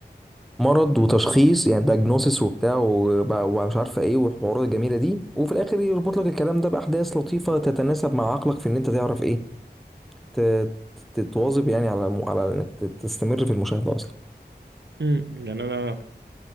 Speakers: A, in the centre; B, on the right.
A: مرض وتشخيص يعني دايجنوسيس وبتاع وب- ومش عارفه ايه والحوارات الجميله دي وفي الاخر يربط لك الكلام ده باحداث لطيفه تتناسب مع عقلك في ان انت تعرف ايه ت- تتواظب يعني على الم- على انك تستمر في المشاهده اصلا
B: مم. يعني انا